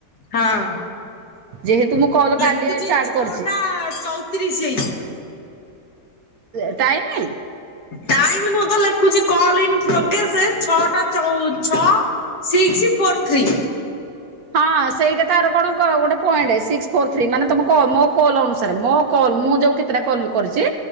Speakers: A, on the left; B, on the right.
A: ହଁ।
B: ଯେହେତୁ ମୁଁ କଲ
A: ଲେଖୁଛି
B: କାଲିଆ ଷ୍ଟାର୍ଟ
A: ଛଅଟା
B: କରିଛି।
A: ଚଉତିରିଶ ହେଇଛି
B: ଯେ ଟାଇମ।
A: ଟାଇମ ନୁଁଅ ତ ଲେଖୁଛି କଲ ଇନ ପ୍ରୋଗେସ ଛଅଟା ଚଉ ଛ ସିକ୍ସ ଫୋର୍ ଥ୍ରୀ।
B: ହଁ ସେଇଟା ତାର କଣ ଗୋଟେ ପଏଣ୍ଟ ସିକ୍ସ ଫୋର ଥ୍ରୀ ମାନେ ତ ମୋ କଲ ଅନୁସାରେ ମୋ କଲ ମୁଁ ଯୋଉ କେତେଟା କଲ କରିଚି